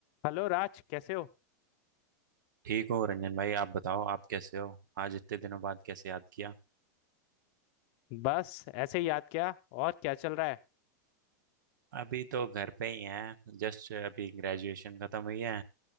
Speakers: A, on the left; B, on the right.
A: हेलो राज कैसे हो
B: ठीक हो रंजन भाई आप बताओ आप कैसे हो आज इतने दिनों बाद कैसे याद किया
A: बस ऐसे ही याद किया और क्या चल रहा है
B: अभी तो घर पे ही हैं जस्ट अभी ग्रेजुएशन खत्म हुई है